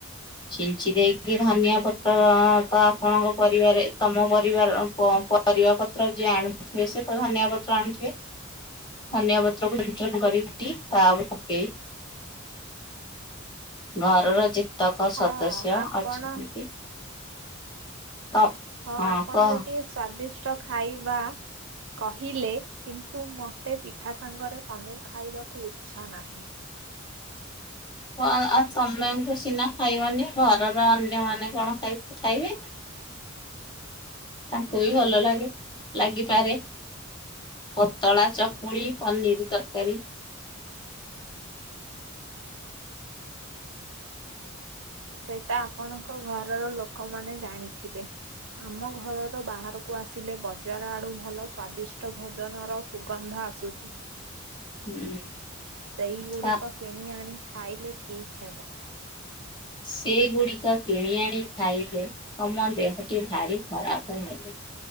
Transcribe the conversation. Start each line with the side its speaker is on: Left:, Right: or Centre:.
Left: ଛିଞ୍ଚି ଦେଇକି ଧନିଆ ପତର, ତ ଆପଣଙ୍କ ପରିବାରେ ତମ ପରିବାର ର ପ ପରିବା ପତ୍ର ଯିଏ ଆଣିୁଥିବେ, ସେ ତ ଧନିଆ ପତ୍ର ଆଣିୁଥିବେ। ଧନିଆ ପତ୍ରକୁ ଚୁନ୍ ଚୁନ୍ କରି <inaudible> ଟି, <inaudible> ତା ଉପରେ ପକେଇ ଘରର ଯେତେକ
Right: ହଁ
Left: ସଦସ୍ୟ
Right: ଆପଣ
Left: ଅଛନ୍ତି। ତ
Right: ହଁ ଆପଣ
Left: କହ।
Right: ଗୋଟିଏ ସ୍ଵାଦିଷ୍ଟ ଖାଇବା କହିଲେ, କିନ୍ତୁ ମୋତେ ପିଠା ସାଙ୍ଗରେ ପନିର୍ ଖାଇବାକୁ ଇଚ୍ଛା ନାହିଁ।
Left: ଆଉ, ତମେତ ସିନା ଖାଇବନି, ଘରର ଅନ୍ୟମାନେ କଣ ଖାଇ ଖାଇବେ?
Right: <inaudible>
Left: ତାଙ୍କୁ ବି ଭଲ ଲାଗେ, ଲାଗିପାରେ। ପତଳା ଚକୁଳି ପନିର ତରକାରୀ।
Right: ସେଇଟା ଆପଣଙ୍କ ଘରର ଲୋକମାନେ ଜାଣିଥିବେ। ଆମ ଘରର ବାହାରକୁ ଆସିଲେ, ବଜାର ଆଡୁ ଭଲ ସ୍ଵାଦିଷ୍ଟ ଭୋଜନର ସୁଗନ୍ଧ ଆସୁଛି।
Left: ହୁଁ।
Right: ସେଇ ଗୁଡିକ
Left: ତା
Right: କିଣି ଆଣି ଖାଇଲେ ଠିକ ହେବ।
Left: ସେଗୁଡିକ କିଣି ଆଣି ଖାଇଲେ ତମ ଦେହଟି ଭାରି ଖରାପ ହବ।